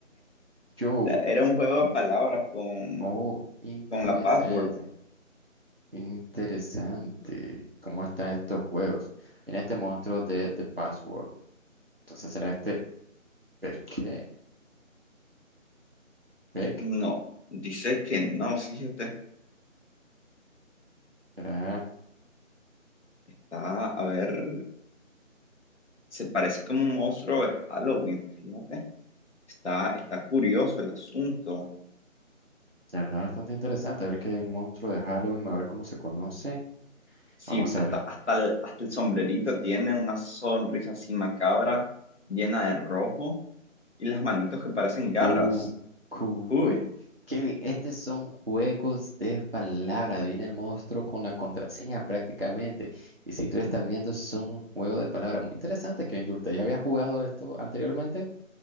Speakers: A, on the right (about 50°); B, on the left (about 60°).
A: Yo,
B: Era un juego de palabras con,
A: oh, interesante,
B: con la password.
A: interesante. ¿Cómo están estos juegos? Mira este monstruo de The Password. Entonces será este Peque, Peck.
B: No, dice que no, fíjate.
A: Será,
B: Está, a ver, se parece como un monstruo de Halloween, fíjate. Está, está curioso el asunto.
A: la verdad, bastante interesante. A ver que es un monstruo de Halloween, a ver cómo se conoce.
B: Sí,
A: Vamos
B: hasta,
A: a ver.
B: hasta el, hasta el sombrerito tiene una sonrisa así macabra, llena de rojo, y las manitos que parecen garras.
A: U, QV.
B: Uh,
A: Kevin, estos son juegos de palabras. Viene el monstruo con la contraseña prácticamente. Y si tú estás viendo, son un juego de palabras muy interesante, Kevin. ¿Usted ya había jugado esto anteriormente?